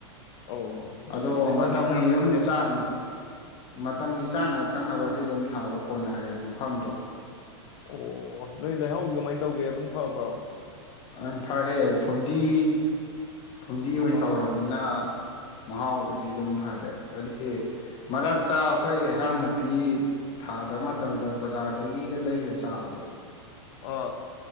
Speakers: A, on the left; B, on the left.
A: ꯑꯣ
B: ꯑꯗꯣ
A: ꯅꯣꯏ ꯂꯩꯍꯥꯎꯗꯤ
B: ꯃꯇꯝꯒꯤ
A: ꯐꯔꯝꯒꯅꯤꯅꯦ
B: ꯑꯗꯨꯝ ꯆꯥꯅ ꯃꯇꯝꯒꯤ ꯆꯥꯕ ꯊꯛꯅꯕꯗꯤ ꯑꯗꯨꯝ ꯊꯥꯕ ꯀꯣꯟꯅꯔꯦ ꯃꯐꯝꯗꯣ
A: ꯑꯣ ꯅꯣꯏ ꯂꯩꯍꯥꯎ ꯀꯃꯥꯏ ꯇꯧꯒꯦ ꯑꯗꯨꯝ ꯐꯥꯕꯔꯣ
B: ꯑꯪ ꯐꯥꯔꯦ ꯐꯨꯝꯗꯤ ꯐꯨꯝꯗꯤ ꯑꯣꯏ
A: ꯍꯣꯏ
B: ꯇꯧꯔꯕꯅꯤꯅ
A: ꯍꯣꯏ
B: ꯃꯍꯥꯎ ꯗꯤ ꯑꯗꯨꯝ ꯐꯔꯦ ꯍꯥꯏꯗꯤ ꯃꯔꯛꯇ ꯑꯩꯈꯣꯏ ꯏꯟꯁꯥꯡ ꯅꯥꯄꯤ ꯊꯥꯗ ꯃꯇꯝꯗ ꯕꯖꯥꯔꯗꯒꯤ ꯂꯩꯔ ꯆꯥꯕꯗꯣ
A: ꯑ